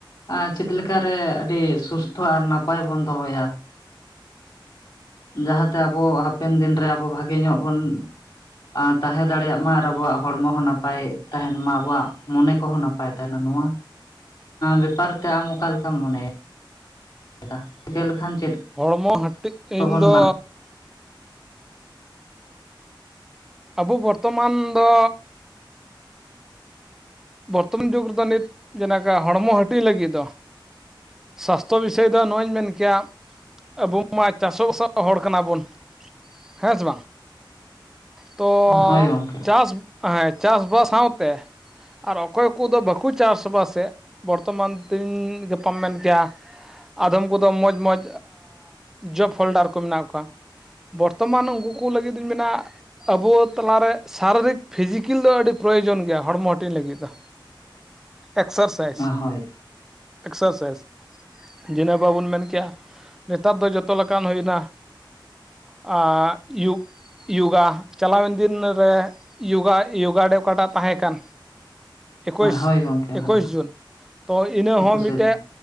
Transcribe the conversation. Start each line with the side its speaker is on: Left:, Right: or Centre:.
Left: ᱟᱨ ᱪᱤᱠᱟ. ᱞᱮᱠᱟ ᱨᱮ ᱟᱹᱰᱤ ᱥᱩᱥᱛᱷᱚ ᱟᱨ ᱱᱟᱯᱟᱭ ᱵᱚᱱ ᱫᱚᱦᱚᱭᱟ ᱾ ᱡᱟᱦᱟᱸᱛᱮ ᱟᱵᱚ ᱦᱟᱯᱮᱱ ᱫᱤᱱ ᱨᱮ ᱟᱵᱚ ᱵᱷᱟᱜᱮ ᱧᱚᱜ ᱵᱚᱱᱼᱼ ᱟ ᱛᱟᱦᱮᱸ ᱫᱟᱲᱮᱭᱟᱜ ᱢᱟ ᱟᱨ ᱟᱵᱚᱣᱟᱜ ᱦᱚᱲᱢᱚ ᱦᱚᱸ ᱱᱟᱯᱟᱭ ᱛᱟᱦᱮᱱ ᱢᱟ ᱟᱵᱚᱣᱟᱜ ᱢᱚᱱᱮ ᱠᱚᱦᱚᱸ ᱱᱟᱯᱟᱭ ᱛᱟᱦᱮᱱᱟ ᱱᱚᱣᱟ ᱵᱮᱯᱟᱨ ᱛᱮ ᱟᱢ ᱚᱠᱟ ᱞᱮᱠᱟᱢ ᱢᱚᱱᱮᱭᱟ ᱮᱠᱟ ᱪᱤᱠᱟᱹ ᱞᱮᱠᱷᱟᱱ ᱪᱮᱫ
Centre: ᱦᱚᱲᱢᱚ ᱦᱟᱹᱴᱤᱡ ᱛᱤᱧ
Left: ᱠᱚᱵᱚᱱ
Centre: ᱫᱚᱼᱼ
Left: ᱢᱟ
Centre: ᱟᱵᱚ ᱵᱚᱨᱛᱚᱢᱟᱱ ᱫᱚ ᱵᱚᱨᱛᱚᱢᱟᱱ ᱡᱩᱜᱽ ᱨᱮ ᱫᱚ ᱱᱤᱛ ᱡᱮᱞᱮᱠᱟ ᱦᱚᱲᱢᱚ ᱦᱟᱹᱴᱤᱧ ᱞᱟᱹᱜᱤᱫ ᱫᱚᱼᱼ ᱥᱟᱥᱛᱷᱚ ᱵᱤᱥᱚᱭ ᱫᱚ ᱱᱚᱣᱚᱧ ᱢᱮᱱ ᱠᱮᱭᱟ ᱟᱵᱚ ᱢᱟ ᱪᱟᱥᱚᱵᱟᱥᱟᱣ ᱦᱚᱲ ᱠᱟᱱᱟᱵᱚᱱ ᱦᱮᱸ ᱥᱮ ᱵᱟᱝᱼᱼ ᱛᱚ
Left: ᱦᱳᱭ ᱜᱚᱝᱠᱮ
Centre: ᱪᱟᱥ ᱦᱮᱸ ᱪᱟᱥ ᱵᱟᱥ ᱥᱟᱶ ᱛᱮᱼᱼ ᱟᱨ ᱚᱠᱚᱭ ᱠᱚ ᱫᱚ ᱵᱟᱠᱚ ᱪᱟᱥ ᱵᱟᱥ ᱮᱫ ᱵᱚᱨᱛᱚᱢᱟᱱ ᱛᱮᱧ ᱜᱟᱯᱟᱢ ᱢᱮᱱ ᱠᱮᱭᱟ ᱟᱫᱷᱚᱢ ᱠᱚᱫᱚ ᱢᱚᱡᱽ ᱢᱚᱡᱽ ᱡᱚᱵ ᱦᱳᱞᱰᱟᱨ ᱠᱚ ᱢᱮᱱᱟᱜ ᱠᱚᱣᱟ ᱵᱚᱨᱛᱚᱢᱟᱱ ᱩᱱᱠᱩ ᱠᱚ ᱞᱟᱹᱜᱤᱫᱩᱧ ᱢᱮᱱᱟ ᱟᱵᱚ ᱛᱟᱞᱟ ᱨᱮ ᱥᱟᱨᱤᱨᱤᱠ ᱯᱷᱤᱡᱤᱠᱮᱞ ᱟᱫᱚ ᱟᱹᱰᱤ ᱯᱨᱚᱭᱳᱡᱚᱱ ᱜᱮᱭᱟ ᱦᱚᱲᱢᱚᱼᱼ ᱦᱟᱹᱴᱤᱧ ᱞᱟᱹᱜᱤᱫ ᱫᱚ ᱮᱠᱥᱟᱨᱥᱟᱭᱤᱡᱽ
Left: ᱦᱳᱭ
Centre: ᱮᱠᱥᱟᱨᱥᱟᱭᱤᱡᱽ ᱫᱤᱱᱟᱹᱝ ᱵᱟᱵᱚᱱ ᱢᱮᱱ ᱠᱮᱭᱟ ᱱᱮᱛᱟᱨ ᱫᱚ ᱡᱚᱛᱚ ᱞᱮᱠᱟᱱ ᱦᱩᱭ ᱮᱱᱟ ᱟ ᱤᱭᱩ ᱡᱩᱜᱟ ᱪᱟᱞᱟᱣᱮᱱ ᱫᱤᱱ ᱨᱮ ᱡᱩᱜᱟ ᱡᱩᱜᱟ ᱨᱮ ᱚᱠᱟᱴᱟᱜ ᱛᱟᱸᱦᱮ ᱠᱟᱱ᱾ ᱮᱠᱩᱥ
Left: ᱦᱳᱭ ᱜᱚᱝᱠᱮ
Centre: ᱮᱠᱩᱥ
Left: ᱦᱳᱭ
Centre: ᱡᱩᱱ ᱛᱚ ᱤᱱᱟᱹ
Left: ᱮᱠᱩᱥᱮ
Centre: ᱦᱚᱸ ᱢᱤᱫᱴᱮᱜ᱾
Left: ᱡᱩᱱ